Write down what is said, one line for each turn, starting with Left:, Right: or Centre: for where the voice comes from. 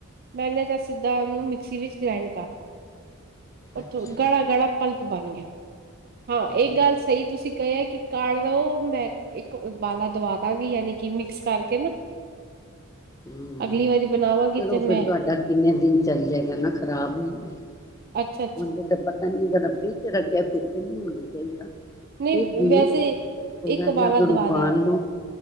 Right: ਮੈਨੇ ਤਾਂ ਸਿੱਧਾ ਉਹਨੂੰ ਮਿਕਸੀ ਵਿੱਚ ਗ੍ਰੈਂਡ ਕਰਤਾ।
Left: ਅੱਛਾ
Right: ਤੇ ਹੁਣ ਗਾੜਾ ਗਾੜਾ ਪਲਪ <inaudible>
Left: ਬਹੁਤ
Right: ਇਹ ਗੱਲ ਸਹੀ ਤੁਸੀਂ ਕ ਕਿ ਕਾੜ ਲੋ ਮੈਂ ਇੱਕ ਉਬਾਲਾ ਦਵਾ ਦਾਂਗੀ ਯਾਨੀ ਕਿ ਮਿਕਸ ਕਰਕੇ ਨਾ
Left: ਹੂੰ
Right: ਅਗਲੀ ਵਾਰੀ ਬਣਾਵਾਂਗੀ
Left: ਫਿਰ
Right: ਤੇ
Left: ਉਹ
Right: ਮੈਂ
Left: ਫਿਰ ਤੁਹਾਡਾ ਕਿੰਨੇ ਦਿਨ ਚੱਲ ਜਾਏਗਾ ਨਾ ਖ਼ਰਾਬ ਨਹੀ ਹੋਗਾ।
Right: ਅੱਛਾ ਅੱਛਾ
Left: ਉਂਜ ਤੇ ਪਤਾ ਨੀ ਅਗਰ ਫੀਰਜ 'ਚ ਰੱਖਿਆ ਫਿਰ ਤੇ ਨਹੀਂ ਹੋਣਾ ਚਾਹੀਦਾ।
Right: ਨਹੀਂ
Left: ਫਿਰ ਵੀ
Right: ਵੈਸੇ
Left: ਥੋੜਾ
Right: ਇੱਕ ਉਬਾਲਾ
Left: ਜਿਹਾ ਅਗਰ
Right: ਦਵਾ
Left: ਉਬਾਲ
Right: ਦਾਂਗੀ
Left: ਲਓ